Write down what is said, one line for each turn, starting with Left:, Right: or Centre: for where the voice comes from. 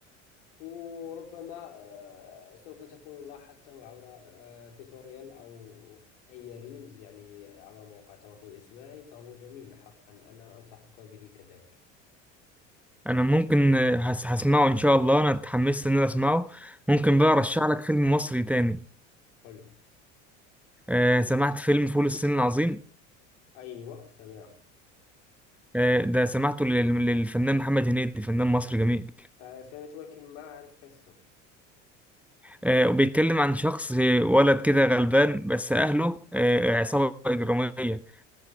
Left: وربما آه، سوف تكون لاحظته عبر آه، توتوريال أو أي ريلز يعني عبر مواقع التواصل الاجتماعي فهو جميل حقا أنا أنصحك به كذلك
Centre: أنا ممكن آه، هس- هسمعه إن شاء الله أنا اتحمست إن أنا أسمعه ممكن بقى أرشح لك فيلم مصري تاني
Left: قل
Centre: آه، سمعت فيلم فول الصين العظيم
Left: أيوه سمعه
Centre: آه، ده سمعته لل- للفنان محمد هنيدي فنان مصري جميل
Left: آه، سمعت ولكن ما أعرف قصته
Centre: آه، وبيتكلم عن شخص آه، ولد كده غلبان بس أهله آه، عصابة إجرامية